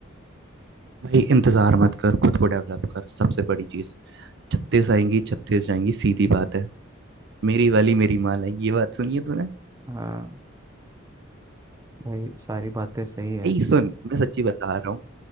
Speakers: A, on the right; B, on the right.
A: भाई इंतजार मत कर खुद को डेवलप कर सबसे बड़ी चीज छत्तीस आएंगी छत्तीस जाएंगी सीधी बात है मेरी वाली मेरी माँ लाएंगी ये बात सुनी है तूने
B: हाँ भाई सारी बातें सही है
A: भाई सुन मैं सच्ची बता रहा हूँ